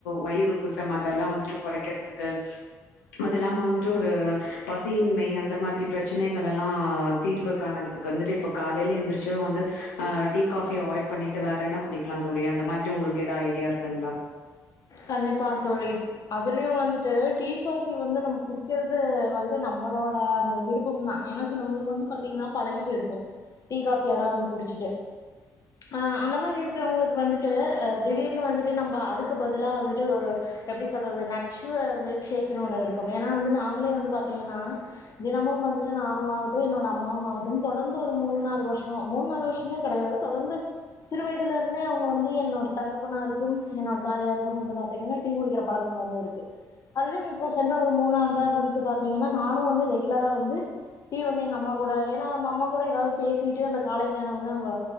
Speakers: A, on the left; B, on the left.
A: வயிறு உப்பசம் அதெல்லாம் வந்துட்டு குறைக்கறதுக்கு அது இல்லாம வந்துட்டு ஒரு பசியின்மை அந்த மாதிரி பிரச்சனைகளல்லாம் தீர்வு காணறதுக்கு வந்துட்டு இப்ப காலையில எந்திரிச்சு வந்து ஆ டீ காபி அவாய்ட் பண்ணிட்டு வேற என்ன குடிக்கலாம் தோழி அந்த மாதிரி உங்களுக்கு எதா ஐடியா இருக்குங்களா
B: கண்டிப்பா தோழி அதுலயும் வந்து ட்டு டீ காபி வந்து நம்ம குடிக்கிறது வந்து நம்மளோட அந்த விருப்பம் தான் ஏன்னா சிலவுங்களுக்கு வந்து பாத்தீங்கன்னா பழகி போயிருக்கும் டீ காபி எல்லாம் வந்து குடிச்ச ஆ அந்த மாதிரி இருக்கிறவங்களுக்கு வந்துட்டு ஆ திடீர்னு வந்துட்டு நம்ப அதுக்கு லாம் வந்துட்டு ஒரு எப்படி ப்படி சொல்றது நட்ஸ் மில்க்ஸேக் ஒண்ணு இருக்கும் ஏன்னா வந்து நான் <unintelligible> வந்து பாத்தீங்கன்னா தினமும் வந்துட்டு நானும் ஆகட்டும் என்னோட அம்மாவும் ஆகட்டும் தொடர்ந்து ஒரு மூணு நாலு வருஷமா மூணு நாலு வருஷமே கடையாது தொடர்ந்து சிறு வயதுலருந்தே அவுங்க வந்து என்னோட தகப்பனா இருக்கும் என்னோட தாயா இருக்கும் வந்து பாத்தீங்கன்னா டீ குடிக்கிற பழக்கம் வந்து இருக்கு அதலயும் இப்போ சென்ற ஒரு மூணுாண்டாக வந் பாத்தீங்கன்னா நானும் வந்து ரெகுலரா வந்து டி வந்து எங்க அம்மா கூட ஏனா நம்ப அம்மா கூட ஏதாவது பேசிட்டு அந்த காலை நேரம் வந்து நம்ப